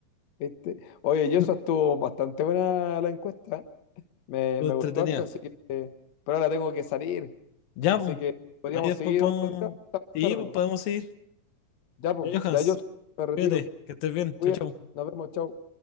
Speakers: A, on the left; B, on the left.
A: ¿viste? Oye, yo
B: <laughs>
A: eso estuvo bastante buena la encuesta. Me,
B: Lo
A: me
B: entretenía.
A: gustó harto, así que... Pero ahora tengo que salir.
B: Ya,
A: Así
B: pues,
A: que podríamos
B: ahí después
A: seguir
B: podemos,
A: otro día más
B: sí,
A: tarde.
B: pues
A: po.
B: podemos ir.
A: Ya, pues,
B: Ya, Johans,
A: ya yo me retiro.
B: cuídate, que estés bien,
A: Cuídate,
B: chao, chao.
A: nos vemos, chao.